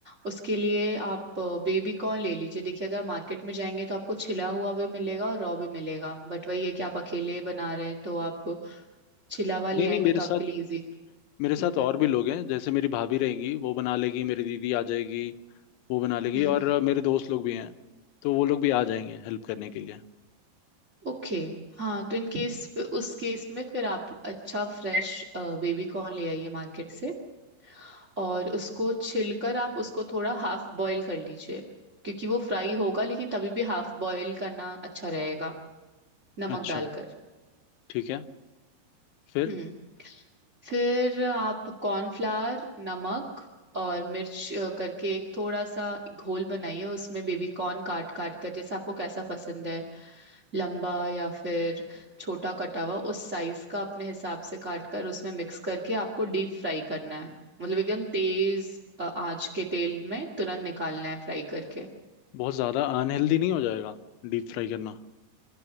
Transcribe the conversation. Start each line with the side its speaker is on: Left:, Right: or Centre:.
Right: उसके लिए आप बेबी कॉर्न ले लीजिए देखिए अगर मार्केट में जाएंगे तो आपको छिला हुआ भी मिलेगा और रॉ भी मिलेगा बट वही है कि आप अकेले बना रहे हैं तो आप चिलावा ले
Left: नहीं नहीं
Right: आएंगे
Left: मेरे
Right: तो
Left: साथ
Right: आपके लिए इजी
Left: मेरे साथ
Right: हम्म
Left: और
Right: हम्म
Left: भी लोग हैं जैसे मेरी भाभी रहेंगी वो बना लेगी मेरी दीदी आ जाएगी वो बना लेगी
Right: हम्म
Left: और
Right: हम्म
Left: मेरे दोस्त लोग भी हैं तो वो लोग भी आ जाएंगे हेल्प करने के लिए
Right: ओके हाँ तो इन केस उस केस में फिर आप अच्छा फ्रेश बेबी कॉर्न ले आइए मार्केट से और उसको छिलकर आप उसको थोड़ा हाफ बॉईल कर लीजिए क्योंकि वो फ्राई होगा लेकिन तभी भी हाफ बॉईल करना अच्छा रहेगा नमक
Left: अच्छा
Right: डालकर
Left: ठीक है फिर
Right: हम्म फिर आप कॉर्नफ्लावर नमक और मिर्च अ, करके एक थोड़ा सा घोल बनाइए उसमें बेबी कॉर्न काट काट कर जैसे आपको कैसा पसंद है लंबा या फिर छोटा कटा हुआ उस साइज का अपने हिसाब से काट कर उसमें मिक्स करके आपको डीप फ्राई करना है मतलब एकदम तेज अ, आंच के तेल में तुरंत निकालना है फ्राई करके
Left: बहुत ज़्यादा अनहेल्दी नहीं हो जाएगा डीप फ्राई करना